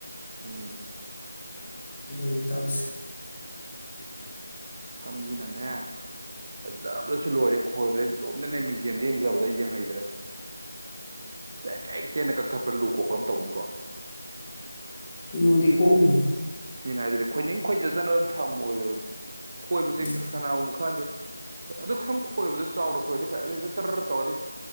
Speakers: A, on the right (about 30°); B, on the left (about 15°).
A: ꯎꯝ
B: ꯑꯗꯨ ꯑꯣꯏꯗꯤ ꯇꯧꯁꯤ
A: ꯁꯝꯁꯤꯅꯅꯦ ꯐꯖꯕꯗꯁꯨ ꯂꯣꯏꯔꯦ ꯈꯣꯏꯕꯗ ꯏꯇꯣꯝꯇꯅꯦ ꯃꯤꯡꯖꯦꯜꯗ ꯌꯦꯡꯖꯕꯗ ꯌꯦꯡꯍꯩꯗ꯭ꯔꯦ ꯇꯦꯛ ꯇꯦꯛ ꯇꯦꯅ ꯀꯛꯊꯠꯄ꯭ꯔꯥ ꯂꯨ ꯈꯣꯛꯄ꯭ꯔꯥ ꯑꯃ ꯇꯧꯅꯤꯀꯣ
B: ꯏꯗꯤ ꯀꯣꯅ
A: ꯃꯤꯅ ꯍꯥꯏꯗꯗꯤ ꯈꯣꯏꯅꯤꯡ ꯈꯣꯏꯖꯖꯅ ꯑꯗꯨꯝ ꯊꯝꯃꯣꯏꯣꯅ ꯈꯣꯏꯕꯁꯦ
B: ꯎꯝ
A: ꯑꯁ ꯀꯅꯥꯒꯨꯝꯕ ꯈꯪꯗꯦ ꯑꯗꯨ ꯁꯨꯝ ꯈꯣꯏꯕꯗ ꯆꯥꯎꯅ ꯈꯣꯏꯔꯗꯤ ꯐꯩꯦ ꯑꯗꯨ ꯍꯦꯛꯇ ꯇꯔ ꯆꯥꯎꯔꯗꯤ